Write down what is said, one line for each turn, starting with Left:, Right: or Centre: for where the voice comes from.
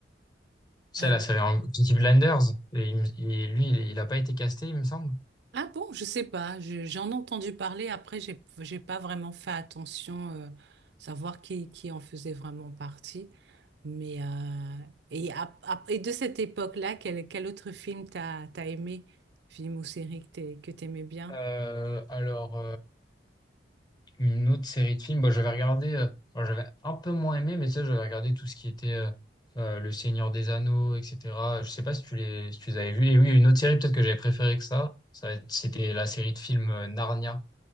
Left: c'est
Right: Euh,
Left: la série en... Peaky Blinders, et, il me- et lui, il, il a pas été casté, il me semble.
Right: ah bon, je sais pas. je- j'en ai entendu parler. Après, j'ai j'ai pas vraiment fait attention euh, savoir qui, qui en faisait vraiment partie. Mais euh, et, ap- ap- et de cette époque-là, quel, quel autre film t'as t'as aimé? Film ou série que t'ai- que t'aimais bien?
Left: Euh, alors, Une autre série de films, bah, j'avais regardé, euh, bah, j'avais un peu moins aimé, mais tu sais, j'avais regardé tout ce qui était euh, euh, Le Seigneur des Anneaux, etc. Je sais pas si tu les, si tu les avais vus. Et oui, une autre série peut-être que j'avais préférée que ça, ça, va être- c'était la série de films euh, Narnia.